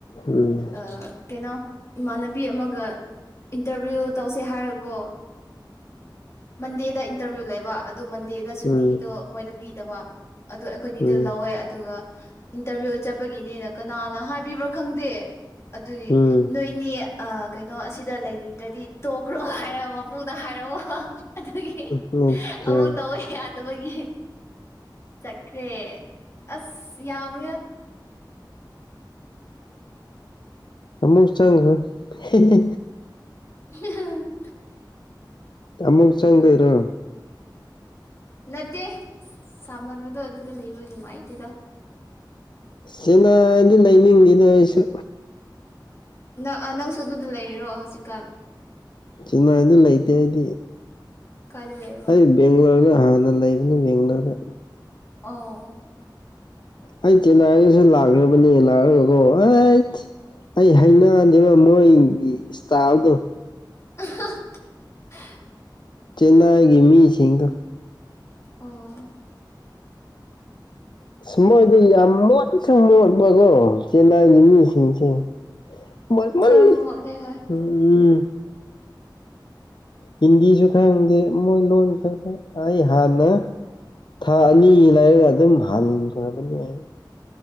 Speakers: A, on the left (about 70°); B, on the left (about 35°).
A: ꯎꯝ
B: ꯑ ꯀꯩꯅꯣ ꯏꯃꯥꯟꯅꯕꯤ ꯑꯃꯒ ꯏꯟꯇ꯭ꯔꯚꯤꯌꯨ ꯇꯧꯁꯦ ꯍꯥꯏꯔꯀꯣ ꯃꯟꯗꯦꯗ ꯏꯟꯇꯔꯚꯤꯌꯨ ꯂꯩꯕ ꯑꯗꯨ ꯃꯟꯗꯦꯗ ꯁꯨꯇꯤꯗꯣ
A: ꯎꯝ
B: ꯃꯣꯏꯗ ꯄꯤꯗꯕ ꯑꯗꯨꯗ ꯑꯩꯈꯣꯏꯅꯤꯗꯣ
A: ꯎꯝ
B: ꯂꯧꯋꯦ ꯑꯗꯨꯒ ꯏꯟꯇꯔꯚꯤꯌꯨ ꯆꯠꯄꯒꯤꯅꯦꯅ ꯀꯅꯥꯅ ꯍꯥꯏꯕꯤꯕ꯭ꯔꯥ ꯈꯪꯗꯦ ꯑꯗꯨꯒꯤ
A: ꯎꯝ
B: ꯅꯣꯏꯅꯦ ꯀꯩꯅꯣ ꯑꯁꯤꯗ ꯂꯩꯅꯤꯡꯗ꯭ꯔꯗꯤ ꯇꯣꯛꯈ꯭ꯔꯣ ꯍꯥꯏꯔ ꯃꯄꯨꯅ ꯍꯥꯏꯔꯝꯃꯣ ꯑꯍꯥꯍꯥ ꯑꯗꯨꯒꯤ
A: ꯎꯝ ꯑꯆꯥ
B: ꯑꯃꯨꯛ ꯇꯧꯕ ꯌꯥ ꯇꯕꯒꯤ ꯆꯠꯈ꯭ꯔꯦ ꯑꯁ ꯌꯥꯝꯃꯦꯌꯥ
A: ꯑꯃꯨꯛ ꯆꯪꯈ꯭ꯔꯣ ꯍꯤꯍꯤ
B: ꯍꯤꯍꯥꯍꯥ <unintelligible>
A: ꯑꯃꯨꯛ ꯆꯪꯗꯣꯏꯔꯣ
B: ꯅꯠꯇꯦ ꯁꯥꯃꯟꯕꯗꯣ ꯑꯗꯨꯗ ꯂꯩꯕ ꯅꯨꯡꯉꯥꯏꯇꯦꯗ
A: ꯆꯦꯅꯥꯏꯗꯤ ꯂꯩꯅꯤꯡꯗꯦꯅꯦ ꯑꯩꯁꯨ
B: ꯅꯪ ꯑ ꯅꯪꯁꯨ ꯑꯗꯨꯗ ꯂꯩꯔꯤꯔꯣ ꯍꯧꯖꯤꯛꯀꯥꯟ
A: ꯆꯦꯟꯅꯥꯏꯗ ꯂꯩꯇꯦ ꯑꯩꯗꯤ
B: ꯀꯥꯏꯗ ꯂꯩꯕ꯭ꯔꯣ
A: ꯑꯩ ꯕꯦꯡꯒ꯭ꯂꯣꯔꯗ ꯍꯥꯟꯅ ꯂꯩꯕꯅꯤ ꯕꯦꯡꯒ꯭ꯂꯣꯔꯗ
B: ꯑꯣ
A: ꯑꯩ ꯆꯦꯟꯅꯥꯏꯗꯁꯨ ꯂꯥꯛꯔꯕꯅꯦ ꯂꯥꯛꯔꯒ ꯀꯣ ꯍꯦꯠ ꯑꯩ ꯍꯩꯅꯗꯦꯕ ꯃꯣꯏꯒꯤ ꯏꯁꯇꯥꯏꯜꯗꯣ
B: ꯑꯍꯥꯍꯥ
A: ꯆꯦꯟꯅꯥꯏꯒꯤ ꯃꯤꯁꯤꯡꯗꯣ
B: ꯑꯣ
A: ꯑꯁ ꯃꯣꯏꯗꯤ ꯌꯥꯝ ꯃꯣꯠꯁꯨ ꯃꯣꯠꯄꯀꯣ ꯆꯦꯟꯅꯥꯏꯒꯤ ꯃꯤꯁꯤꯡꯁꯦ ꯃꯣꯠꯃꯜꯂꯤ
B: ꯈꯔ ꯃꯣꯠꯂꯦ ꯍꯣꯏ
A: ꯎꯝ ꯍꯤꯟꯗꯤꯁꯨ ꯈꯪꯗꯦ ꯃꯣꯏ ꯂꯣꯟ ꯈꯛꯇ ꯑꯩ ꯍꯥꯟꯅ ꯊꯥ ꯑꯅꯤ ꯂꯩꯔꯒ ꯑꯗꯨꯝ ꯍꯟꯈ꯭ꯔꯥꯕꯅꯦ ꯑꯩ